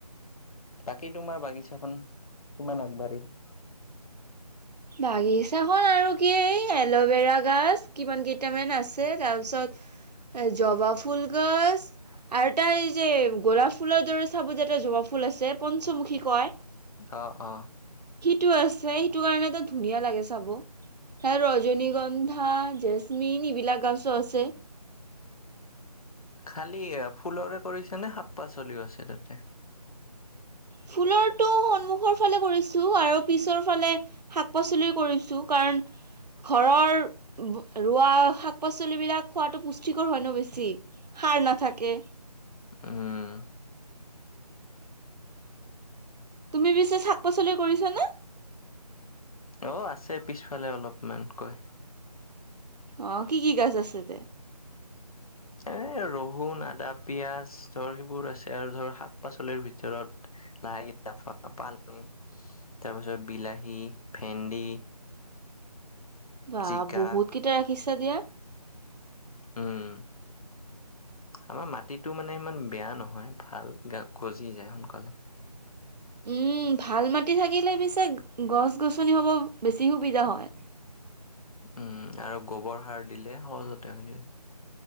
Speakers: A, on the left; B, on the right.
A: বাকী তোমাৰ বাগিছাখন কিমান আগবাঢ়িল?
B: বাগিচাখন আৰু কি এই এল'ভেৰা গছ কিমান কেইটামান আছে তাৰপিছত জবা ফুল গছ আৰু তাৰ এই যে গোলাপ ফুলৰ দৰে চাব যে এটা জবা ফুল আছে পঞ্চমুখী কয়
A: আহ আহ
B: টো আছে সেইটো কাৰণে ধুনীয়া লাগে চাব ত ৰজনীগন্ধা জেচমিন এইবিলাক গছো আছে
A: খালি ফুলৰে কৰিছে নে শাক পাচলিও আছে তাতে
B: ফুলৰটো সন্মুখৰ ফালে কৰিছো আৰু পিছৰ ফালে শাক পাচলি কৰিছো কাৰণ ঘৰৰ ৰোৱা শাক পাচলিবিলাক খোৱাাতো পুষ্টিকৰ হয় ন বেছি সাৰ নাথাকে।
A: উম
B: তুমি পিছেি শাক পাচলি কৰিছ নে
A: অ আছে পিছফালে অলপমান কয়
B: আহ কি কি গছ আছে তে
A: এ ৰহুন আদা পিয়াজ ধৰ সেইবোৰ আছে আৰু ধৰ শাক পাচলিৰ ভিতৰত লাই লাফা পালেং তাৰপাছত বিলাহী ভেন্দি
B: বা
A: জিকা
B: বহুত কেইটা পিছে দিয়া
A: উম আমাৰ মাটিটো মানে ইমান বেয়া নহয় ভাল গজি যায় সোনকালে
B: উম ভাল মাটি থাকিলে পিছে গছ গছনি হব বেছি সুবিধা হয়।
A: উম আৰু গোবৰ সাৰ দিলে সহজতে হৈ যায়